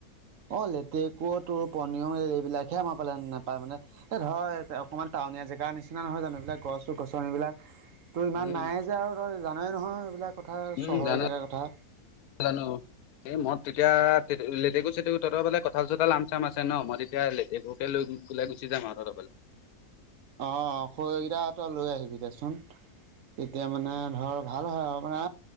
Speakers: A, on the right; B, on the left.
A: অঁ', লেটেকু তোৰ পনিয় এইবিলাক'হে আমাৰ ফালে নাপায় মানে- এই ধৰ অকণমান টাউনীয়া জেগাৰ নিচিনা নহয় জানো এইবিলাক গছ-গছনিবিলাক- তো ইমান
B: উম
A: নাই যে আৰু তই জানেই নহয় এইবিলাক কথা
B: উম
A: চহৰৰ
B: জানো
A: জেগাৰ কথা।
B: জানো। এই মই তেতিয়া লেটেকু-চেটেকু তহঁৰ ফালে কঠাল-চঠাল, আম-চাম আছে ন' মই তেতিয়া লেটেকু- লৈ পেলাই গুচি যাম আৰু তহঁতৰ ঘৰলে।
A: অঁ', খৰিকেইটা হাত'ত লৈ আহিবি মানে ধৰক- ভাল হয় আৰু মানে